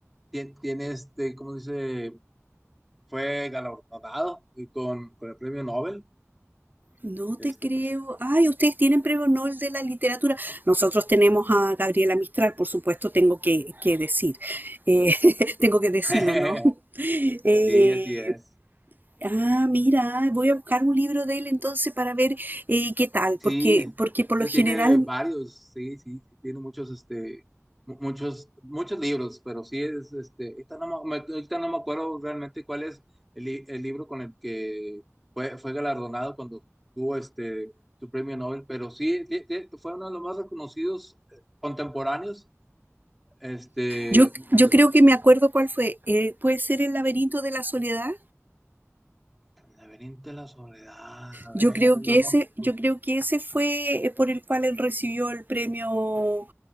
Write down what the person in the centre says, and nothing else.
Tiene, tiene este, ¿cómo se dice? Fue galardonado y con, con el premio Nobel.
Este,
por supuesto.
<laughs>
Sí, así es.
Sí,
sí
tiene varios, sí, sí, sí tiene muchos, este, mu- muchos, muchos libros, pero sí es, este, ahorita no me, me- ahorita no me acuerdo realmente cuál es el, li- el libro con el que fue, fue galardonado cuando tuvo este su premio Nobel, pero sí, ti- ti- fue uno de los más reconocidos eh, contemporáneos, este,
en
su aspecto.
El laberinto de la soledad, a ver,
no
me
acu-